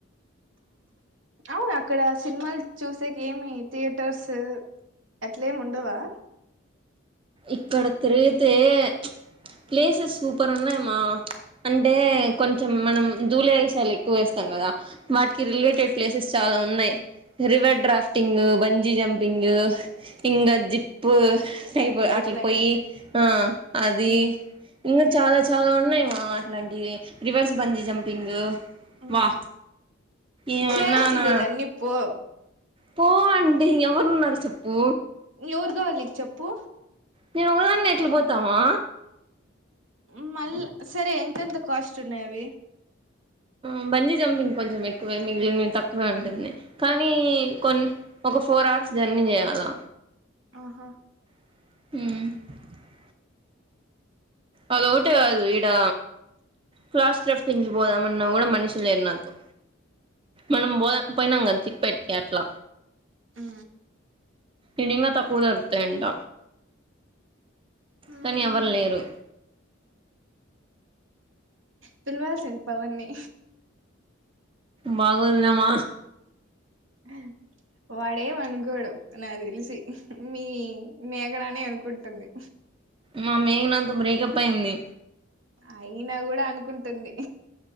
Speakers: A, on the right; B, on the right.
A: అవును అక్కడ సినిమాలు చూసేకేమి థియేటర్స్ ఆట్లేముండవా
B: ఇక్కడ తిరిగితే <inaudible> ప్లేసెస్ సూపర్ ఉన్నాయమా అంటే కొంచెం మనం ధూలేషాలు ఎక్కువేస్తాం కదా వాటికి రిలేటెడ్ ప్లేసెస్ చాలా ఉన్నాయి రివర్ డ్రాఫ్టింగ్ బంజీ జంపింగ్ ఇంగ జిప్పు అయిపో
A: జిప్లైన్
B: అట్లు పోయి ఆ అది
A: ఉమ్
B: ఇం చాలా చాలా ఉన్నాయి మా అట్లాంటివి రివర్స్ బంజ్ జంపింగ్
A: ఉమ్
B: వా ఏమన్నా
A: చేయాల్సిండేది
B: నా
A: అన్ని పో
B: పో అంటి ఇంగేవరున్నరు చెప్పు
A: ఎవరు కావాలి నీకు చెప్పు
B: నేను ఓకదాన్నే ఎట్ల పోతావా
A: మ్ మళ్ళ సరే ఎంతెంత కాస్ట్ ఉన్నాయి అవి
B: మ్ బంజీ జంపింగ్ కొంచెం ఎక్కువే మిగిలినవి తక్కువే ఉంటుంది కానీ కొన్ని ఒక ఫోర్ అవర్స్ జర్నీ చేయాలా
A: ఆహా
B: మ్ అదొకటే కాదు ఇడా క్లాస్ెఫంగ్కి పోదామన్నా కూడా మనిషి లేరు నాతో మనం పోద పోయినం కదా చిక్ పెట్కి అట్ల
A: అ
B: ఇడింగా తక్కువ దొరుకుతాయంట
A: ఉమ్
B: కానీ ఎవరు లేరు
A: పిలవాల్సింది పవన్నీ
B: బాగోదు లేమ్మ
A: హ వాడేం అనుకోడు నాకు తెలిసి మీ మేగనానే అనుకుంటుంది
B: మా మేఘనతో బ్రేకప్ అయింది
A: అయినా కూడా అనుకుంటుంది